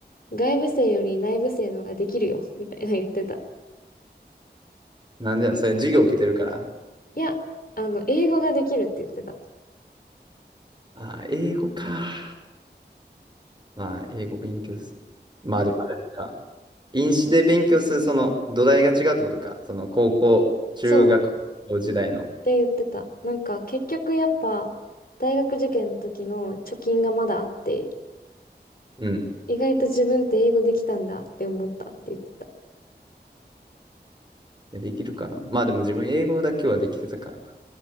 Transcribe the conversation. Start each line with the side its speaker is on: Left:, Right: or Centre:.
Left: 外部生より内部生の方ができるよ、みたいな言ってた。
Right: なんで、それ授業受けてるから。
Left: いや、あの、英語ができるって言ってた。
Right: あー、英語か。まあ、英語勉強す。まあ、でもあれか。飲酒で勉強する、その土台が違うってことか。その高校、中学校時代の。
Left: そう、って言ってた。なんか、結局やっぱ、大学受験の時の貯金がまだあって、
Right: うん。
Left: 意外と自分って英語できたんだって思ったって言ってた。
Right: いやできるかな。まあでも自分英語だけはできてたからな。